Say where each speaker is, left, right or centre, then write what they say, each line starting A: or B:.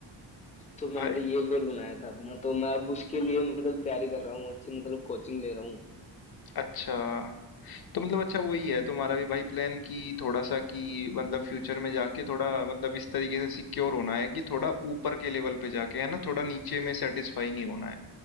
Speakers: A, on the left; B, on the left.
A: तो मैंने
B: भाई
A: ये गोल बनाया था अपना तो मैं अब उसके लिए मतलब तैयारी कर रहा हूँ अच्छी मतलब कोचिंग ले रहा हूँ
B: अच्छा तो मतलब अच्छा वही है तुम्हारा भी भाई प्लान कि थोड़ा सा कि मतलब फ्यूचर में जाके थोड़ा मतलब इस तरीके से सिक्योर होना है कि थोड़ा ऊपर के लेवल पे जाके है ना थोड़ा नीचे में सेटिस्फाई नहीं होना है